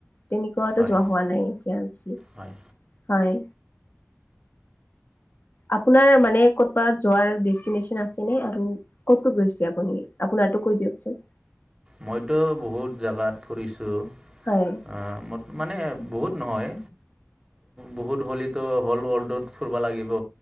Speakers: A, on the left; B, on the right.
A: তেনেকুৱা এটা
B: হয়
A: যোৱা হোৱা নাই এতিয়া বেছি,
B: হয়
A: হয়। আপোনাৰ মানে ক'ৰবাত যোৱাৰ ডেষ্টিনেচন আছে নে, আৰু ক'ত ক'ত গৈছে আপুনি, আপোনাৰ টো কৈ দিয়কচোন।
B: মইতো বহুত জোগাত ফুৰিছোঁ,
A: হয়
B: আ' ম মানে বহুত নহয়, বহুত হ'লেতো হ'ল ৱৰ্ল্ডত ফুৰিব লাগিব।